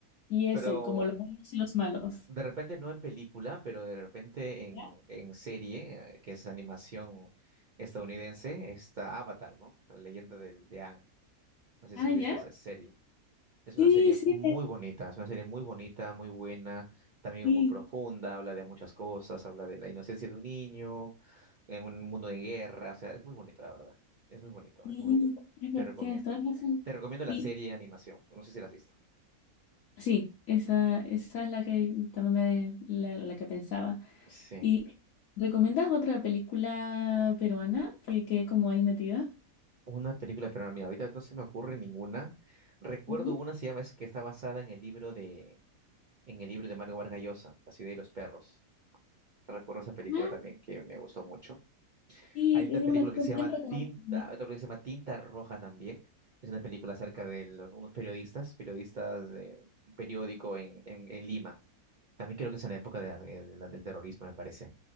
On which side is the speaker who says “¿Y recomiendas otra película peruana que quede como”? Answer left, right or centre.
Left